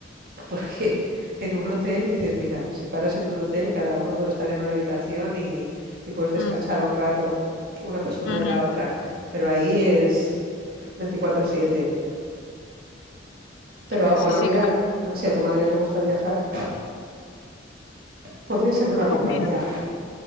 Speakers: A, on the right; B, on the left.
A: <laughs> Porque en un hotel dices, mira, si paras en un hotel, cada uno puede estar en una habitación y, y puedes descansar
B: Mm,
A: un rato una persona
B: ujú.
A: de la otra, pero ahí es veinticuatro siete. Pero
B: Sí,
A: bueno,
B: sí,
A: mira,
B: claro.
A: si a tu madre le gusta viajar, podría ser una compañía,
B: Pues mira,